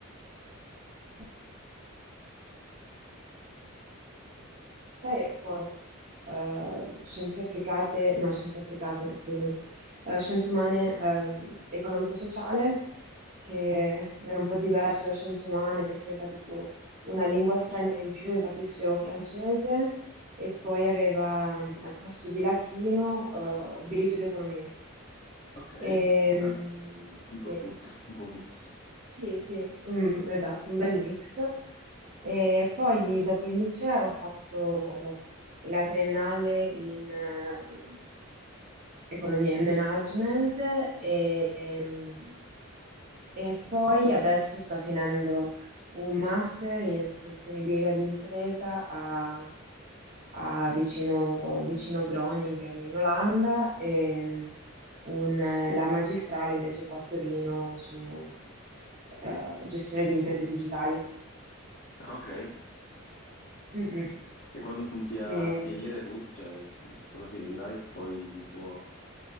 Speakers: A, on the right (about 40°); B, on the left (about 50°).
A: medie, ecco, eh, scienze applicate, no, scienze applicate, scusami, eh, scienze umane, ehm, economico-sociale, che era un po' diverso da scienze umane perché aveva tipo una lingua straniera in più, infatti studiavo francese, e poi aveva mm, al posto di latino, eh, diritto ed economia.
B: Ok,
A: E, mm,
B: Ah,
A: sì,
B: un po' tutto, un po' mix.
A: sì, sì, un- esatto, un bel mix. E poi dopo il liceo ho fatto la triennale in eh, economia e management e, ehm, e poi adesso sto finendo un master in sostenibilità d'impresa a, a vicino, vicino Groningen in Olanda e un- la magistrale invece qua a Torino su eh, gestione di imprese digitali.
B: Ah, ok.
A: Mm, mm.
B: E quando punti a
A: E-
B: finire tu, cioè s- quando finirai poi il tuo,